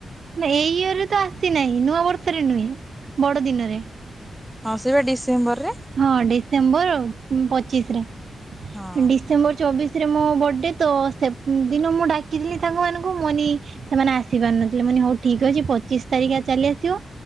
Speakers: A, on the right; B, in the centre.
A: ନା ଏଇ ଇୟରରେ ତ ଆସି ନାହିଁ ନୂଆ ବର୍ଷରେ ନୁହେଁ ବଡ ଦିନରେ।
B: ହଁ ସେଇ ବା ଡିସେମ୍ବର ରେ।
A: ହଁ ଡିସେମ୍ବର ପଚିଶ ରେ
B: ହଁ
A: ଡିସେମ୍ବର ଚବିଶ। ରେ ମୋ ବର୍ଥ ଡେ ତ ସେ ଦିନ ମୁଁ ଡାକିଥିଲି ସାଙ୍ଗ ମାନଙ୍କୁ ମୁଁ କହିନି ସେମାନେ ଆସି ପାରିନଥିଲେ ମାନେ। ହଉ ଠିକ ଅଛି ପଚିଶ ତାରିଖ ଚାଲି ଆସିବ।